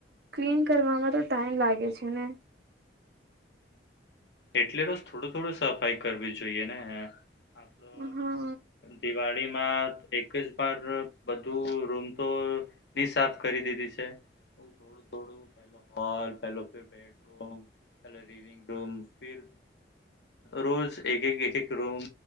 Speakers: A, on the right; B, on the left.
A: ક્લીન કરવામાં તો ટાઈમ લાગે છે ને
B: એટલે રોજ થોડું થોડું સફાઈ કરવી જોઈએ ને આપડો
A: હા
B: દિવાળીમાં એક જ વાર બધું રૂમ તો ી સાફ કરી દીધી છે થોડું થોડું પેલો હોલ પે બેડરૂમ પે રીડિંગ રૂમ ફર રોજ એક એક એક એક રૂમ